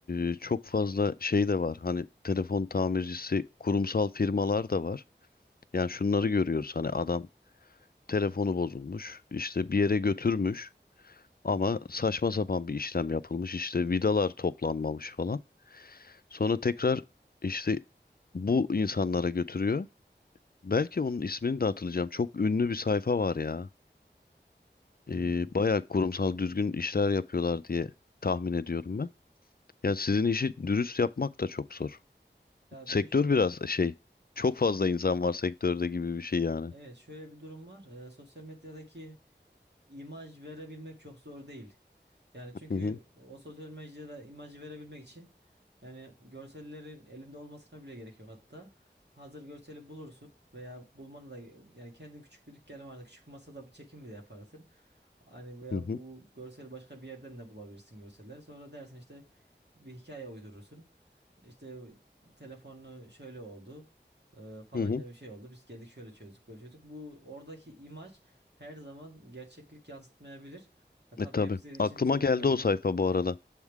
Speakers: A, on the left; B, on the right.
A: e, çok fazla şey de var. Hani telefon tamircisi kurumsal firmalar da var. Yani şunları görüyoruz. Hani adam telefonu bozulmuş, işte bir yere götürmüş ama saçma sapan bir işlem yapılmış. İşte vidalar toplanmamış falan. Sonra tekrar işte bu insanlara götürüyor. Belki onun ismini de hatırlayacağım. Çok ünlü bir sayfa var ya.
B: Hmm.
A: e, bayağı kurumsal düzgün işler yapıyorlar diye tahmin ediyorum ben. Ya sizin işi dürüst yapmak da çok zor.
B: Ya
A: Sektör
B: bir de
A: biraz şey, çok
B: şöyle,
A: fazla insan var sektörde gibi bir şey yani.
B: Evet şöyle bir durum var. Ee, sosyal medyadaki imaj verebilmek çok zor değil. Yani çünkü
A: Hı hı
B: o sosyal medyada imajı verebilmek için yani görsellerin elinde olmasına bile gerek yok hatta. Hazır görseli bulursun veya bulmanı da yani kendin küçük bir dükkanın varsa küçük bir masada bir çekim bile yaparsın. Hani veya
A: hı hı.
B: bu görseli başka bir yerden de bulabilirsin görseller. Sonra dersin işte bir hikaye uydurursun. İşte telefonunu şöyle oldu. E, falanca
A: hı hı.
B: bir şey oldu. Biz geldik şöyle çözdük böyle çözdük. Bu oradaki imaj her zaman gerçeklik yansıtmayabilir. Ya, tabii
A: E tabii.
B: hepsi için
A: Aklıma
B: söylemiyorum
A: geldi o
B: bunu.
A: sayfa bu arada.